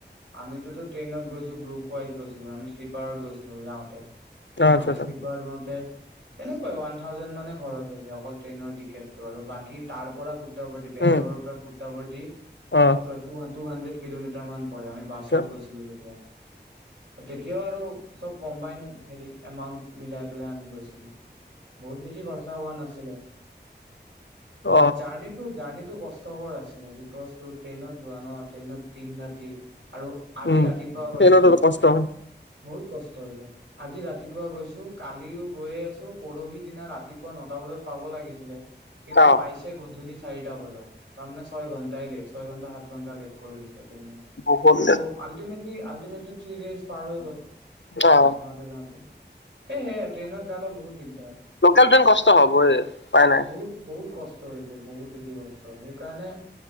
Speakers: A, on the right; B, on the left.
A: আমিতোটো ট্ৰেইনত গৈছো, গ্ৰুপ ৱাইজ গৈছো, আমি শ্লীপাৰত গৈছো যাওঁতে।
B: আচ্ছা
A: যাওঁতে
B: আচ্ছা
A: শ্লীপাৰত যাওঁতে তেনেকুৱাই ওৱান থাউজেণ্ড মানে খৰচ হৈছে অকল ট্ৰেইনৰ টিকেটটো, আৰু বাকী তাৰ পৰা পুটাৱৰ্তি বেংগলোৰৰ
B: উম
A: পৰা পুটাৱৰ্তি
B: অ
A: কি কয় টু হাণ্ড্ৰেড কিলোমিটাৰ মান পৰে। আমি বাছত
B: আচ্ছা
A: গৈছিলো তেতিয়া। তেতিয়াও আৰু চব কম্বাইন হেৰি এমাউন্ট মিলাই পেলাই আমি গৈছিলো। বহুত বেছি খচা হোৱা নাছিলে।
B: অ
A: বাট জাৰ্নিত জাৰ্ণিটো কষ্টকৰ আছিলে। বিকজ তোৰ ট্ৰেইনত যোৱা ন, ট্ৰেইনত তিন ৰাতি আৰু আজি
B: উম
A: ৰাতিপুৱা গৈছো,
B: ট্ৰেইনতো কষ্ট হয়।
A: বহুত কষ্ট হৈছে। আজি ৰাতিপুৱা গৈছো, কালিও গৈয়ে আছো, পৰহি দিনা ৰাতিপুৱা নটা বজাত পাব লাগিছিলে। কিন্তু
B: অ
A: পাইছে গধূলি চাৰিটা বজাত, তাৰমানে ছয় ঘন্টাই লেট। ছয় ঘন্টা সাত ঘন্টা লেট কৰি দিছে ট্ৰেইনখন।
B: বহুত
A: ত, আল্টিমেটলি আল্টিমেটলি থ্ৰি দেছ পাৰ হৈ গ'ল।
B: অ,
A: যাওঁতে, যাওঁতে। সেহেয়, ট্ৰেইনত যালে, বহুত দিক দাৰ,
B: লোকেল ট্ৰেইন কষ্ট হ'বই উপাই নাই।
A: বহুত। বহুত কষ্ট হৈছে, বহুত বেছি কষ্ট সেইকাৰণে